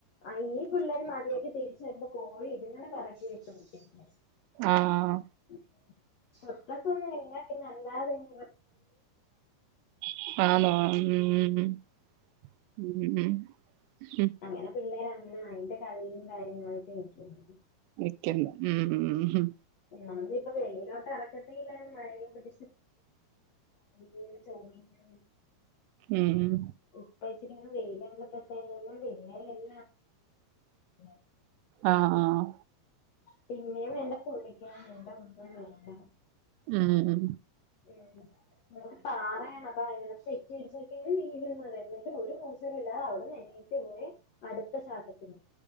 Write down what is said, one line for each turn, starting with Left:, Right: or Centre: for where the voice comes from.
Left: അയ്ന് ഈ പിള്ളേര് മതിയാക്കി തിരിച്ച് വരുമ്പം കോഴി ഇതിങ്ങനെ പറത്തി <unintelligible>
Right: ആഹ്
Left: <unintelligible> നടന്നുവരും
Right: ആണോ ഉം ഉം ഉം ഉം ഉം
Left: അങ്ങനെ പിള്ളേര് അങ്ങനെ അയിന്റെ കളീലും കാര്യങ്ങളായിട്ട് നിക്കാണ്
Right: ക്കില്ല ഉം ഉം ഉം ഉം ഉം
Left: ആഹ് അതിനിപ്പം വെളിലോട്ടെറക്കത്തില്ല മഴയത്ത് <unintelligible> <unintelligible> <unintelligible>
Right: ഉം ഉം
Left: ഉപ്പേച്ചീല്ലെങ്കിലും വെയിലൊന്ന് തട്ടെങ്കില് <unintelligible>
Right: ആഹ് ആഹ്
Left: പിന്നെയും വേണ്ടേ തുള്ളിയ്ക്കാണ് ഡമ്പല്ലേ ടം
Right: ആഹ്
Left: വേണ്ട ഞങ്ങൾത് പാറയാണ് അപ്പ അ തെറ്റിയടിച്ചിയ്ക്കാണ് വീണ് മറഞ്ഞിട്ട് ഒരു കൂസലില്ലാതെ അവിടുന്ന് എണീ അട്ത്ത ചാട്ടത്തിന്